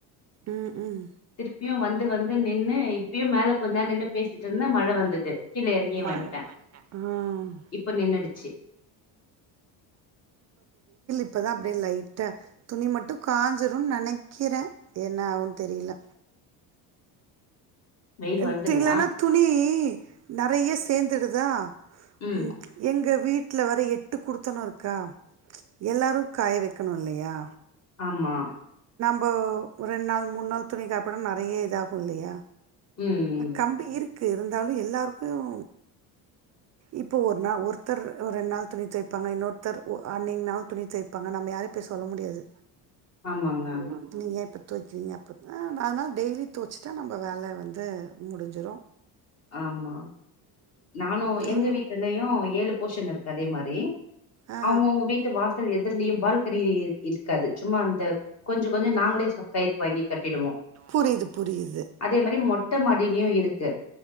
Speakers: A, on the right; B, on the left.
A: ம் ம்
B: திருப்பியும் வந்து வந்து நின்னு இப்பயும் மேல கொஞ்நேரம் நின்று பேசிட்டு இருந்த மழ வந்தது கீழே இறங்கிய
A: மழ
B: வந்துட்டேன்
A: ஆ
B: இப்ப நின்னுடுச்சு
A: இப்பதான் அப்படியே லைட துணி மட்டும் காஞ்சிரும்னு நினைக்கிறேன் என்ன ஆகும் தெரியல
B: வெயில்
A: இல்திலன்னா
B: வருதுங்களா
A: துணி நெறைய சேர்ந்துடுதா
B: ம்
A: உம் எங்க வீட்டில வர எட்டு குடுத்தனம் இருக்கா எல்லாரு காய வைக்கணு இல்லையா
B: ஆமா
A: இப்ப ரெண் நாள் மூண் நாள் துணி காப்பிட நெறைய இதாகும் இல்லையா
B: ம்
A: கம்பி இருக் க்கு இருந்தாலும் எல்லாருக்கும் இப்போ ஒரு நாள் ஒருத்தர் அ ஒரு ரெண்டு நாள் துணி தோவைப்பாங்க இன்னொருத்தர் ஒ அன்னைய நாள் துணி தோவைப்பாங்க நம்ம யாரையும் போய் சொல்ல முடியாது
B: ஆமாங்க
A: ஆமா நீயேப் துவைக்கிறீங்க அப்பப்போ அதனால் டெய்லி துவைச்சிட்டா நம்ம வேல வந்து முடிஞ்சிடும்
B: ஆமா நானும்
A: நீ
B: எங்க வீட்டுலயும் ஏழு போஷன் இருக்கு அதே மாரி
A: ஆ
B: அவங்கவுங்க வீட்டு வாசல் எதிர்லயும் பால்கனி இருக்காது சும்மா அந்த கொஞ்சம் கொஞ்சம் நாங்களே கயிற வாங்கி கட்டிடுவோம்
A: புரியுது புரியுது
B: அதே மாரி மொட்ட மாடியிலயும் இருக்கு